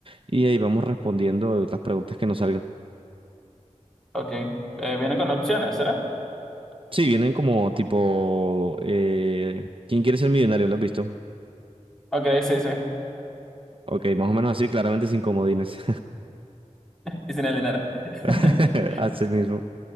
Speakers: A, on the right; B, in the centre.
A: y ahí vamos respondiendo las preguntas que nos salgan.
B: Ok. Eh, vienen con opciones, ¿será?
A: Sí, vienen como tipo, eh, ¿quién quiere ser millonario? ¿Lo has visto?
B: Ok, sí, sí. <laughs>
A: Ok, más o menos así, claramente sin comodines.
B: Y sin el dinero.
A: <laughs>
B: <laughs>
A: Así mismo.